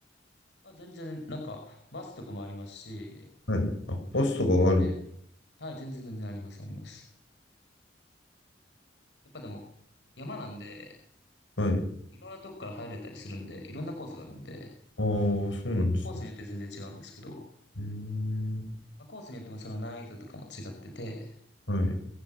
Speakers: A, on the left; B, on the left.
A: まあ、全然、なんか、バスとかもありますし、
B: はい。あ、バスとかがある。
A: なんかね、はい、全然全然あります、あります。やっぱでも、山なんで、
B: はい。
A: いろんなとこから入れたりするんで、いろんなコースがあるんで、
B: ああ、そうなんですね。
A: コースによって全然違うんですけど、
B: うーん
A: まあ、コースによってもその難易度とかも違ってて、
B: はい。